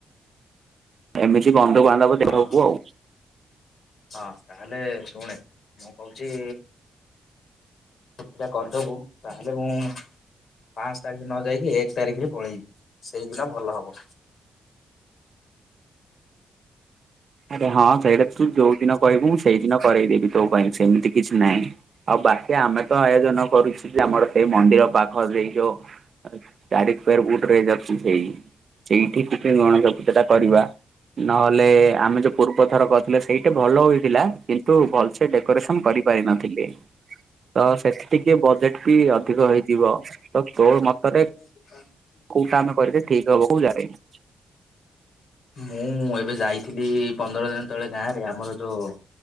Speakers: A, on the right; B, on the left.
A: ଏମିତି ବନ୍ଧୁ ବାନ୍ଧବ
B: ହଁ
A: ଦେହକୁ
B: ହଁ
A: ଆଉ।
B: ହଁ ତାହେଲେ ଶୁଣେ ମୁଁ କହୁଚି ସେଟା କରିଦବୁ ତାହେଲେ ମୁଁ ପାଁସ୍ ତାରିଖିନ ଯାଇକି ଏକ୍ ତାରିଖରେ ପଳେଇବି ସେଇଦିନ ଭଲ ହବ।
A: ଆରେ ହଁ ସେଇଟା ତୁ ଯୋଉ ଦିନ କହିବୁ ମୁଁ ସେଇଦିନ କରେଇଦେବି ତୋ ପାଇଁ ସେମିତି କିଛି ନାହିଁ। ଆଉ ବାକି ଆମେତ ଆୟୋଜନ କରୁଛୁଯେ ଆମର ସେଇ ମନ୍ଦିର ପାଖ ଦେଇ ଯୋଉ ଚାରି ସ୍କୋୟାର ଫୁଟରେ ହେଇଯାଉଛି ସେଇ ସେଇଠି ଟିକେ ଗଣେଶ ପୂଜାଟା କରିବା ନହେଲେ ଆମେ ଯୋଉ ପୂର୍ବ ଥର କରିଥିଲେ ସେଇଟି ଭଲ ହେଇଥିଲା କିନ୍ତୁ ଭଲସେ ଡେକୋରେସନ କରିପାରିନଥିଲେ। ତ ସେଠି ଟିକେ ବଜେଟବି ଅଧିକ ହେଇଯିବ ତୋମତରେ
B: <unintelligible>
A: କୋଉଟା ଆମେ କରିଲେ ଠିକ୍ ହବ କୋଉ ଜାଗାରେ କୋଉ
B: ମୁଁ ଏବେ ଯାଇଥିଲି ପନ୍ଦର ଦିନ ତଳେ ଗାଁରେ ଆମର ଯୋଉ